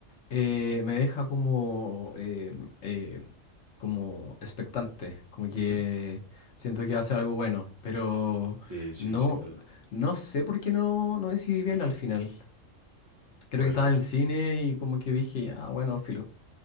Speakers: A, on the left; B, on the right.
A: eh, me deja como, eh, eh, como expectante, como que
B: Ujú.
A: siento que va a ser algo bueno, pero
B: Sí, sí,
A: no,
B: sin duda.
A: no sé por qué no, no decidí verla al final. Creo
B: Pues
A: que estaba
B: no,
A: en el cine y como que dije, ya, bueno, filo,